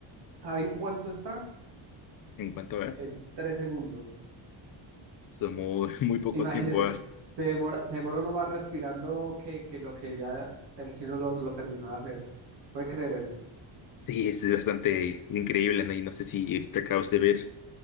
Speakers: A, on the right (about 60°); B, on the left (about 45°).
A: ¿saben cuánto está?
B: En cuanto a ver,
A: En tres segundos.
B: son muy, <laughs> muy poco
A: Imagínense,
B: tiempo. has-
A: se demora, se demora uno más respirando que, que lo que ya el chino lo, lo terminó de hacer. ¿Puede creer eso?
B: Sí, es bastante increíble, ¿no? Y no sé si ahorita acabas de ver